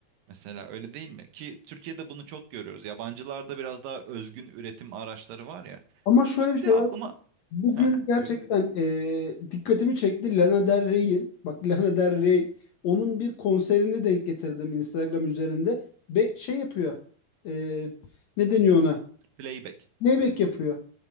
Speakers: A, on the right (about 70°); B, on the left (about 65°).
A: Mesela öyle değil mi? Ki Türkiye'de bunu çok görüyoruz. Yabancılarda biraz daha özgün üretim araçları var ya.
B: Ama şöyle
A: İşte
B: bir şey
A: aklıma...
B: var. Bugün
A: Ha
B: gerçekten
A: buyur.
B: e, dikkatimi çekti Lana Del Rey'in. Bak Lana Del Rey onun bir konserini denk getirdim Instagram üzerinde. Ve şey yapıyor. E, ne deniyor ona?
A: Playback.
B: Playback yapıyor.